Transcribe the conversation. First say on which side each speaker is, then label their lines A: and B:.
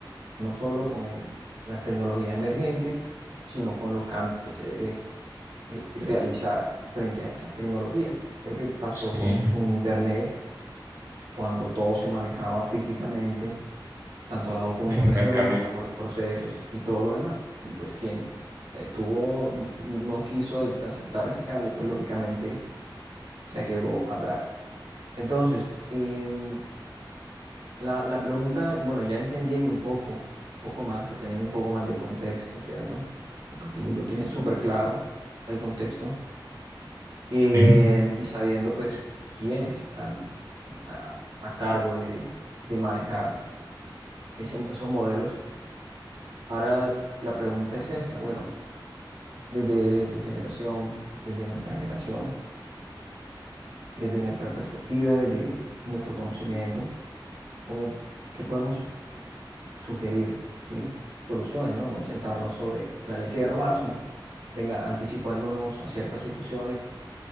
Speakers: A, on the right (about 80°); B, on the right (about 35°).
A: no solo con el- las tecnologías emergentes, sino con los cambios que se deben eh, realizar frente a esas tecnologías. Creo que pasó
B: Sí,
A: con, con Internet cuando todo se manejaba físicamente tanto la documentación
B: fue un gran cambio.
A: como los procesos y todo lo demás. Y pues quien eh, tuvo, no quiso aceptar ese cambio, pues lógicamente se quedó atrás. Entonces, em, la, la pregunta, bueno, ya entendiendo un poco, poco más, o teniendo un poco más de contexto, ¿cierto? Que pues tú lo tienes súper claro, el contexto, em,
B: Sí.
A: y sabiendo pues quiénes están eh, a, a cargo de, de de manejar ese- esos modelos. Ahora la pregunta es esa, bueno, desde tu generación, desde nuestra generación, desde nuestra perspectiva, desde nuestro conocimiento, ¿cómo, qué podemos sugerir, ¿sí? Soluciones, ¿no? No sentarnos sobre la leche derramada, sino, venga, anticipémonos a ciertas situaciones que,